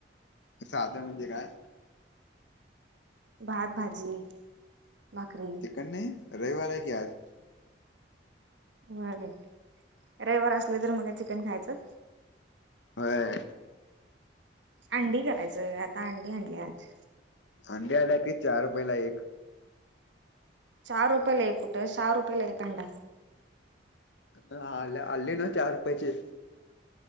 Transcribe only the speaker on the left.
साध म्हणजे काय?
कणी रईवार आहे की आज.
व्हयं!
अंडे आल्या की चार रुपयाला एक.
न आल्या, आले, ना चार रुपयाचे.